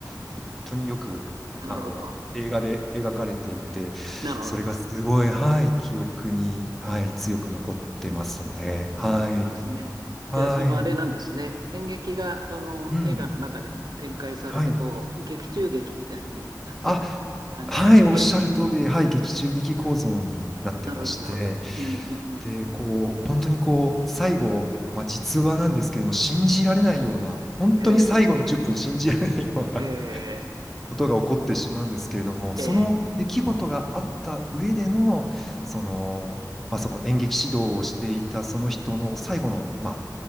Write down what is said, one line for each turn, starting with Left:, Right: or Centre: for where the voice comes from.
Centre: 本当によくあの映画で描かれていてそれがすごい、
Right: なるほど。なるほど。
Centre: はい、記憶に、はい、強く残ってますね。
Right: うん、うん、うんなるほどですね。
Centre: はい。はい。
Right: じゃあ、そのあれなんですね。演劇が、あの、
Centre: うん。
Right: 映画の中でも展開されて、
Centre: はい。
Right: こう、劇中劇みたいになってる感じなんですかね。
Centre: あ、はい、おっしゃる通り、はい、劇中劇構造になってまして、
Right: なるほど、なるほど。うん、うん、うん。
Centre: で、
Right: うん
Centre: こう、本当にこう、最後、まあ、実話なんですけれども、信じられないような、本当に最後の10分信じられないような
Right: へえ、へえ、
Centre: <laughs> ことが起こってしまうんですけれども、その出来事があった上での、
Right: ええ、
Centre: その、まあ、その演劇指導をしていたその人の最後の、まあ、